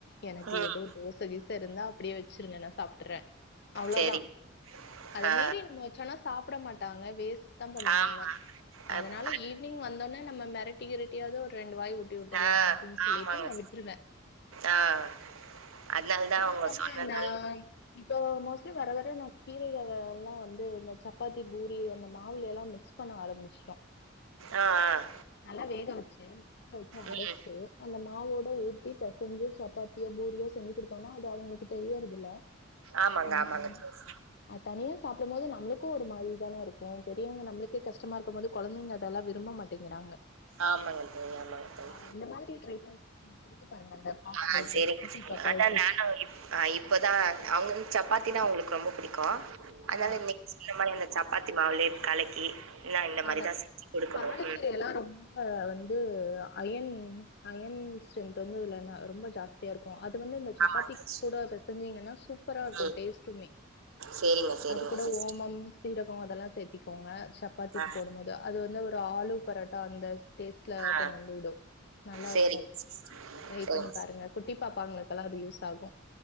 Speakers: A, on the left (about 55°); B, on the right (about 90°).
A: எனக்கு
B: ம்
A: எதோ தோச இருந்தா அப்டியே வெச்சிருங்க நா சாப்ட்டற அவ்ளோதா
B: சரி.
A: அத
B: ஆ
A: மீறி நம்ம சொன்னா சாப்ட மாட்டாங்க வேஸ்ட்தா பண்ணுவாங்க
B: ஆமா.
A: அதனால
B: அப்
A: ஈ நீங் வந்தொன்ன நம்ம மிரட்டி கிரட்டியாவது ஒரு ரெண்டு வாய் ஊட்டி விட்டுர்லா
B: ஆ,
A: அப்டின்னு சொல்லிட்டு
B: ஆமாங்க.
A: நா விட்டுருவ
B: ஆ அதனால
A: அதுவு
B: தான் அவங்க
A: இல்லமா
B: சொன்னனால
A: நா இப்போ மோஸ்ட்லி வர வர நா கீரைகள் எல்லா வந்து இந்த சப்பாத்தி, பூரி அந்த மா மாவுல எல்லா மிக்ஸ் பண்ண ஆரம்பிச்சுட்டோ
B: ஆஹ் ஆஹ்
A: நல்லா வேக வச்சு உப்பு போட்டு
B: ம்.
A: அரச்சு அந்த மாவோட ஊத்தி பெசஞ்சு சப்பாத்தியோ பூரியோ செஞ்சு குடுத்தோன்னா அது அவங்களுக்கு தெரியறது இல்ல
B: ஆமாங்க,
A: உம்
B: ஆமாங்க தோழி.
A: அது தனியா சாப்பிடு போது நம்மளுக்கு ஒரு மாரிதானே இருக்கு ஏ பெரியவங்க நம்மளுக்கே கஷ்டமா இருக்கும்போது கொழந்தைங்க அதெல்லா விரும்ப மாட்டேங்கிறாங்க
B: ஆமாங்க தோழி, ஆமாங்க தோழி.
A: ஹ இந்த மாரி ட்ரை பண்ணி குடுத்து பாருங்க அந்த பாப்பாவுக்கு
B: ஆஹ் சேரிங்க
A: குட்டி
B: சிஸ்டர்
A: பாப்பாவுக்கு
B: அதா நானு அஹ் இப்பதா அவுங்க வந்து சப்பாத்தின்னா அவுங்களுக்கு ரொம்ப பிடிக்கு அதனால
A: ஆ
B: இன்னைக் சொன்ன மாரி அந்த சப்பாத்தி மாவுலயே கலக்கி நான் இந்த மாரி
A: அந்த
B: தான் செஞ்சு குடுக்கணும்.
A: பாலக்
B: ம்.
A: கீர எல்லா ரொம்ப வந்து அயர்ன் அயர்ன் ஸ்டரென்த் வந்து உள்ளதா ரொம்ப ஜாஸ்தி தியா இருக்கு அது வந்து இந்த சப்பாத்தி
B: ஆமாங்க சிஸ்.
A: கூட பெசஞ்சீங்கன்னா சூப் சூப்பரா இருக்கு
B: ம்.
A: டேஸ்ட்டுமே
B: சரிங்க சரிங்க
A: அது கூட
B: சிஸ்டர்.
A: ஓமம் சீரகம் அதெல்லா சேர்த்திக்கோங்க சப்பாத்திக்கு
B: ஆ,
A: போடும்போது அது வந்து ஒரு ஆலூ பராட்டா அந்த டேஸ்ட்ல
B: ஆ.
A: கொண்டு வந்து விடு நல்லா
B: சரிங்க
A: இருக்கு
B: சிஸ்.
A: ட்ரை
B: சரிங்க.
A: பண்ணி பாருங்க குட்டி பாப்பாங்களுக்குல்லா அது யூஸ் ஆகு